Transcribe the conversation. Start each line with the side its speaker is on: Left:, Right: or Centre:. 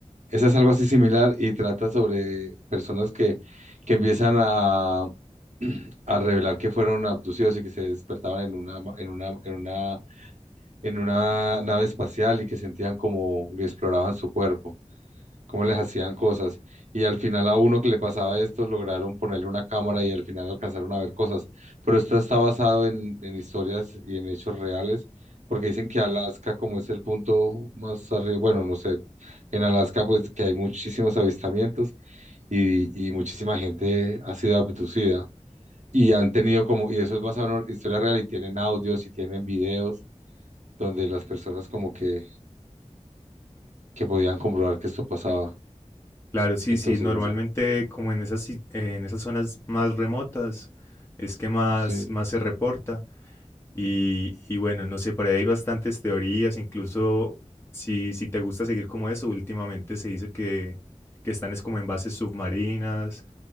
Right: Esa es algo así similar y trata sobre personas que, que empiezan a <clears throat> a revelar que fueron abducidos y que se despertaban en una, ma- en una, en una, en una nave espacial y que sentían como le exploraban su cuerpo, cómo les hacían cosas. Y al final a uno que le pasaba esto lograron ponerle una cámara y al final alcanzaron a ver cosas. Pero esto está basado en, en historias y en hechos reales. Porque dicen que Alaska, como es el punto más arriba, bueno, no sé, en Alaska pues que hay muchísimos avistamientos y, y muchísima gente ha sido abducida. Y han tenido como, y eso es basado en historia real y tienen audios y tienen videos donde las personas como que, que podían comprobar que esto pasaba.
Left: Claro, sí,
Right: Entonces,
Left: sí, normalmente
Right: no sé.
Left: como en esas, si- eh, en esas zonas más remotas es que más,
Right: Sí,
Left: más se reporta y, y bueno, no sé, por ahí hay bastantes teorías, incluso si, si te gusta seguir como eso, últimamente se dice que, que están es como en bases submarinas,